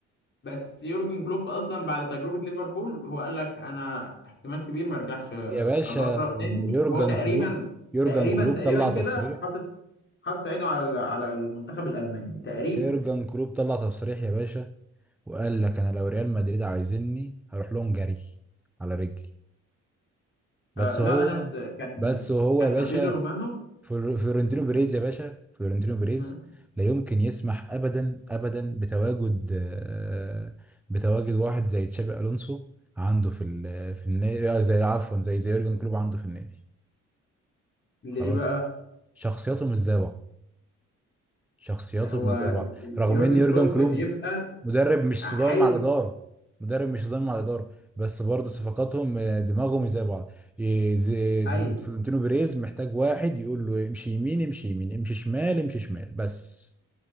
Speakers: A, on the left; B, in the centre.
A: بس يورجن كلوب اصلا بعد تجربه ليفربول هو قال لك انا احتمال كبير ما ارجعش ادرب
B: يا باشا
A: تاني
B: يورجن
A: وهو تقريبا
B: كلوب يورجن
A: تقريبا
B: كلوب
A: تقريبا
B: طلع
A: كده
B: تصريح
A: حاطط حاطط عينه على على المنتخب الالماني تقريبا
B: يورجن كلوب طلع تصريح يا باشا وقال لك انا لو ريال مدريد عايزيني هروح لهم جري على رجلي بس
A: آه لا
B: هو
A: انا س- كان
B: بس هو
A: كان
B: يا باشا
A: فابريزو رومانو
B: فلور- فلورنتينو بيريز يا باشا فلورنتينو بيريز
A: آه،
B: لا يمكن يسمح ابدا ابدا بتواجد آه، بتواجد واحد زي تشابي الونسو عنده في ال- في النادي آه، زي عفوا زي زي يورجن كلوب عنده في النادي
A: ليه
B: خلاص
A: بقى
B: شخصياتهم مش زي بعض شخصياتهم
A: هو
B: مش زي بعض رغم
A: يورجن
B: ان يورجن
A: كلوب
B: كلوب
A: بيبقى
B: مدرب مش
A: عايز
B: صدايم مع الاداره مدرب مش صدايم مع الاداره بس برضه صفقاتهم آه، دماغهم زي بعض إيه، زي
A: ايوه
B: فلورنت- فلورنتينو بيريز محتاج واحد يقول له امشي يمين امشي يمين امشي شمال امشي شمال بس